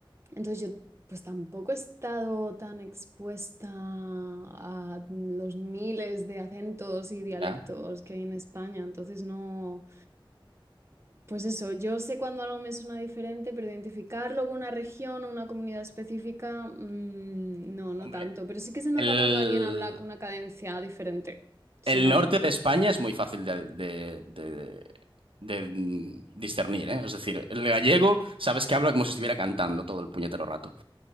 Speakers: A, on the right; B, on the right.
A: entonces yo pues tampoco he estado tan expuesta a los miles de acentos y dialectos
B: Ya.
A: que hay en España, entonces no, pues eso, yo sé cuando algo me suena diferente, pero identificarlo con una región o una comunidad específica, mm, no, no
B: Hombre,
A: tanto, pero sí que se nota
B: el...
A: cuando alguien habla con una cadencia diferente, se
B: El
A: nota.
B: norte de España es muy fácil de, de- de- de, mm, discernir, ¿eh? Es decir, el gallego sabes que habla como si estuviera cantando todo el puñetero rato.